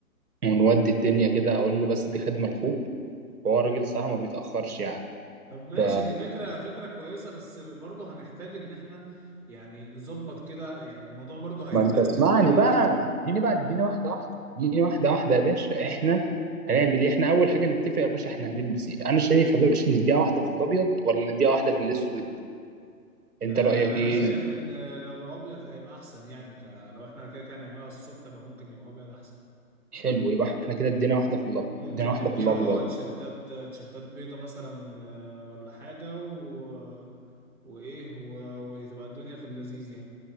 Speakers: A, on the right; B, in the centre.
A: ونودي الدنيا كده اقول له بس دي خدمة لاخوك هو الراجل الصراحة ما بيتأخرش يعني
B: طب ماشي
A: ف
B: دي فكرة فكرة كويسة بس برضه هنحتاج ان احنا يعني نظبط كده يعني الموضوع برضه هيحتاج
A: ما انت اسمعني
B: تكاليف
A: بقى اديني بقى اديني واحدة واحدة اديني واحدة واحدة يا باشا احنا هنعمل ايه احنا اول حاجة نتفق يا باشا احنا هنلبس ايه انا شايف يا باشا نديها واحدة في الابيض ولا نديها واحدة في الاسود انت
B: آه،
A: رأيك ايه
B: انا شايف ان لو ابيض هيبقى احسن يعني ك... لو احنا كده كده هنعملها الصبح فممكن يبقى ابيض احسن
A: حلو يبقى احنا كده ادينا واحدة في الابيض
B: ممكن
A: ادينا واحدة
B: نديها
A: في الابيض
B: اه تيشرتات تيشرتات بيضة مثلا آه، ولا حاجة و... وايه و... وتبقى الدنيا في اللذيذ يعني